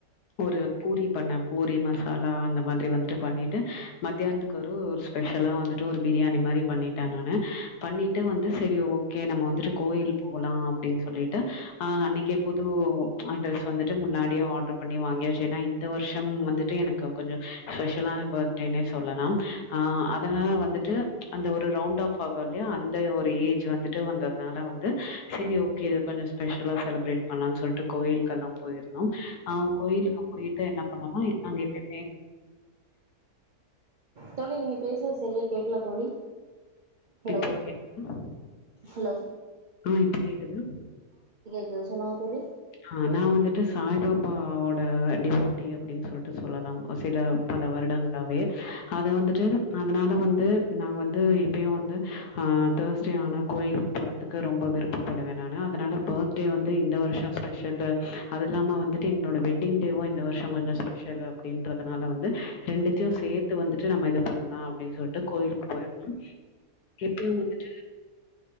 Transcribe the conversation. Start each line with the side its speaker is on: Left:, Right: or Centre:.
Left: ஒரு பூரி பண்ணே பூரி மசாலா அந்த மாதிரி வந்துட்டு பண்ணிட்டு மத்தியானத்துக்கு ஒரு ஒரு ஸ்பெஷலா வந்துட்டு ஒரு பிரியாணி மாரி பண்ணிட்டே நானு பண்ணிட்டு வந்து செரி ஓகே நம்ம வந்துட்டு கோயில் போலா அப்டின்னு சொல்லிட்டு ஆ அன்னைக்கே புது ட்ரெஸ் வந்துட்டு முன்னாடியே ஆர்டர் பண்ணி வாங்கியாச்சு ஏன்னா இந்த வருஷம் வந்துட்டு எனக்கு கொஞ்சோ ஸ்பெஷலான பர்த் டேனே சொல்லலா ஆ அதனால வந்துட்டு அந்த ஒரு ரவுண்ட் ஆஃப் ஆகு இல்லையா அந்த ஒரு ஏஜ் வந்துட்டு வந்ததுனால வந்து சரி ஓகே கொஞ்சோ ஸ்பெஷலா செலிப்ரேட் பண்ணலான் சொல்லிட்டு கோயிலுக்கெல்லா போயிருந்தோ ஆ கோயிலுக்கு போயிட்டு என்ன பண்ணோனா அங்க எப்பயுமே
Right: தோழி நீங்க பேசுறது சரியா கேக்கல தோழி ஹலோ
Left: இப்போ கேக்குதா
Right: ஹலோ
Left: ஆ இப்ப கேக்குதா
Right: இது சொல்லுங்க தோழி
Left: ஆ நா வந்துட்டு சாய்பாபாவோட டிவோட்டி அப்டின்னு சொல்ட்டு சொல்லலாம் சில பல வருடங்களாவே அத வந்துட்டு அதனால வந்து நாங்க வந்து எப்பயு வந்து ஆ தேர்ஸ்டே ஆனா கோயிலுக்கு போறதுக்கு ரொம்ப விருப்பப்படுவே நானு அதனால பர்த்டே வந்து இந்த வருஷோ ஸ் பெஷல்லு அது இல்லாம வந்துட்டு எங்களோட வெட்டிங்டேவு இந்த வருஷ கொஞ்சோ ஸ்பெஷல் அப்படின்றதுனால வந்து ரெண்டுத்தையு சேத்து வந்துட்டு நம்ம இது பண்லா அப்டின்னு சொல்ட்டு கோயிலுக்கு போயிருந்தோ எப்பயு வந்துட்டு <inaudible>